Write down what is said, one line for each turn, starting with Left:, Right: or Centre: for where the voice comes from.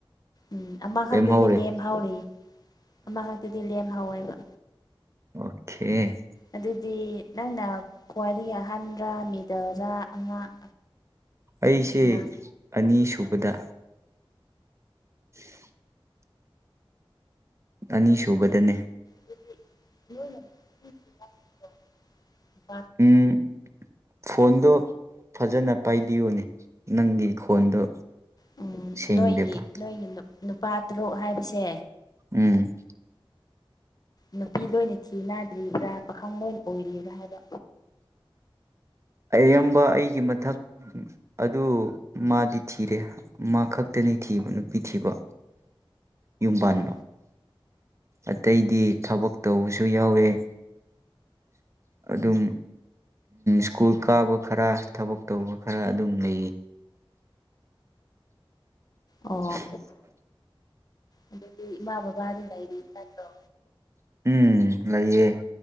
Left: ꯎꯝ ꯑꯃꯈꯛꯇꯗꯤ
Right: ꯂꯦꯝꯍꯧꯔꯦ
Left: ꯂꯦꯝꯍꯥꯎꯔꯤ ꯑ ꯈꯛꯇꯗꯤ ꯂꯦꯝ ꯍꯥꯎꯋꯦꯕ
Right: ꯑꯣꯀꯦ
Left: ꯑꯗꯨꯗꯤ ꯅꯪꯅ ꯋꯥꯔꯤ ꯑꯍꯟꯕ ꯃꯤꯗꯥꯜꯔꯥ ꯑꯉꯥꯡ
Right: ꯑꯩꯁꯦ
Left: ꯑꯉꯥꯡ
Right: ꯑꯅꯤꯁꯨꯕꯗ <unintelligible> ꯑꯅꯤ ꯁꯨꯕꯗꯅꯦ
Left: <unintelligible>
Right: ꯎꯝ ꯐꯣꯟꯗꯣ ꯐꯖꯅ ꯄꯥꯏꯕꯤꯌꯨꯅꯦ ꯅꯪꯒꯤ ꯐꯣꯟꯗꯣ
Left: ꯎꯝ
Right: ꯁꯦꯡꯗꯦꯕ
Left: ꯅꯣꯏꯒꯤ ꯅꯣꯏꯒꯤ ꯅꯨꯄꯥ ꯇꯔꯨꯛ ꯍꯥꯏꯕꯁꯦ
Right: ꯎꯝ
Left: ꯅꯨꯄꯤ ꯂꯣꯏꯅ ꯊꯤꯅꯥꯗ꯭ꯔꯤꯕ꯭ꯔꯥ ꯄꯥꯈꯪ ꯂꯣꯏ ꯑꯣꯏꯔꯤꯕ꯭ꯔꯥ ꯍꯥꯏꯕ
Right: ꯑꯌꯥꯝꯕ ꯑꯩꯒꯤ ꯃꯊꯛ ꯑꯗꯨ ꯃꯥꯗꯤ ꯊꯤꯔꯦ ꯃꯥ ꯈꯛꯇꯅꯤ ꯊꯤ ꯊꯤꯕ ꯅꯨꯄꯤ ꯊꯤꯕ ꯌꯨꯝ ꯄꯥꯟꯕ
Left: ꯑꯣ
Right: ꯑꯇꯩꯗꯤ ꯊꯕꯛ ꯇꯧꯕꯁꯨ ꯌꯥꯎꯋꯦ ꯑꯗꯨꯝ ꯁ꯭ꯀꯨꯜ ꯀꯥꯕ ꯈꯔ ꯊꯕꯛ ꯇꯧꯕ ꯈꯔ ꯑꯗꯨꯝ ꯂꯩꯌꯦ <inaudible>
Left: ꯑꯣ ꯑꯗꯨꯗꯤ ꯢꯃꯥ ꯕꯕꯗꯤ ꯂꯩꯂꯤꯕ ꯀꯠꯇ꯭ꯔꯣ
Right: ꯎꯝ ꯂꯩꯌꯦ